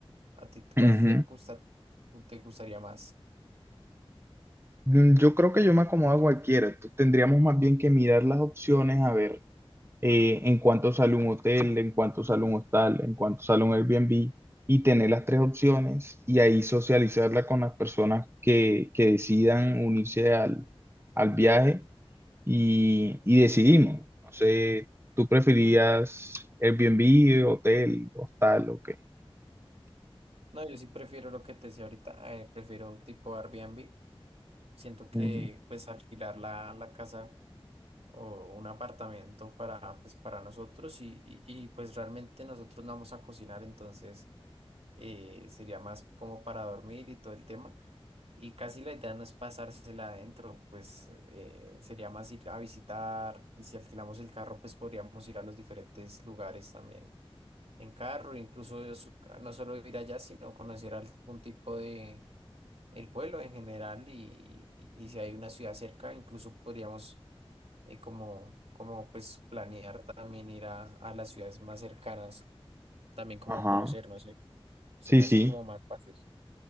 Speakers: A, on the right; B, on the right.
A: ¿A ti cuál
B: Ujú.
A: te gusta, te gustaría más?
B: Mm, Yo creo que yo me acomodo a cualquiera. Entonces, tendríamos más bien que mirar las opciones a ver eh, en cuánto sale un hotel, en cuánto sale un hostal, en cuánto sale un Airbnb, y tener las tres opciones y ahí socializarla con las personas que, que decidan unirse al, al viaje y, y decidimos. No sé, ¿tú preferías Airbnb, hotel, hostal o qué?
A: No, yo sí prefiero lo que te decía ahorita, eh, prefiero tipo Airbnb. Siento que
B: Ujú.
A: pues alquilar la, la casa o un apartamento para, pues, para nosotros y, y- y, pues realmente nosotros no vamos a cocinar, entonces eh, sería más como para dormir y todo el tema. Y casi la idea no es pasársela adentro, pues eh, sería más ir a visitar y si alquilamos el carro, pues podríamos ir a los diferentes lugares también en carro, incluso es- no solo ir allá, sino conocer algún tipo de el pueblo en general y, y- y si hay una ciudad cerca, incluso podríamos eh, como, como pues planear también ir a, a las ciudades más cercanas, también como
B: Ajá.
A: a conocer, no sé, se
B: Sí,
A: me
B: sí,
A: hace como más fácil.